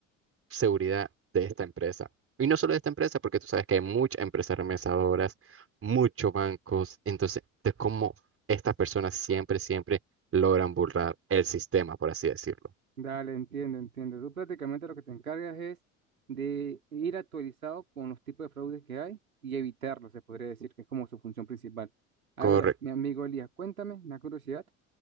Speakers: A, on the right; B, on the right.
A: seguridad de esta empresa. Y no solo de esta empresa, porque tú sabes que hay muchas empresas remesadoras, muchos bancos. Entonces, de cómo estas personas siempre, siempre logran burlar el sistema, por así decirlo.
B: Dale, entiendo, entiendo. Tú prácticamente lo que te encargas es de ir actualizado con los tipos de fraudes que hay y evitarlos, se podría decir que es como su función principal. A
A: Correcto.
B: ver, mi amigo Elías, cuéntame, me da curiosidad,